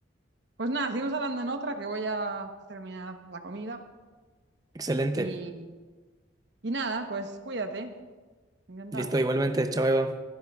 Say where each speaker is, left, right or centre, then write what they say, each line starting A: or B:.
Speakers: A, on the right; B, on the right.
A: Pues nada, seguimos hablando en otra que voy a terminar la comida.
B: Excelente.
A: Y, y nada, pues cuídate. Encantada.
B: Listo, igualmente, chao, Eva.